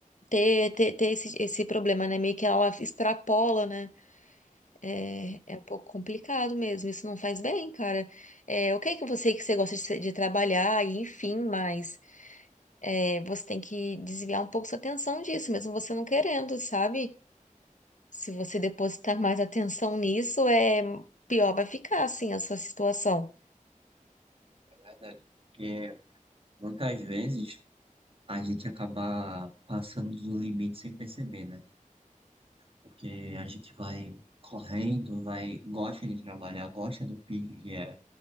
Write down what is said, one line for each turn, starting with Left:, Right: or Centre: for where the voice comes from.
Left: ter, ter, ter esse, esse problema, né? Meio que ela extrapola, né? É, é um pouco complicado mesmo. Isso não faz bem, cara. É, ok que você que você gosta de, se- de trabalhar e enfim, mas é, você tem que desviar um pouco sua atenção disso, mesmo você não querendo, sabe? Se você depositar mais atenção nisso, é pior vai ficar, assim, a sua situação.
Right: É verdade. Porque muitas vezes a gente acaba passando do limite sem perceber, né? Porque a gente vai correndo, vai, gosta de trabalhar, gosta do pique que é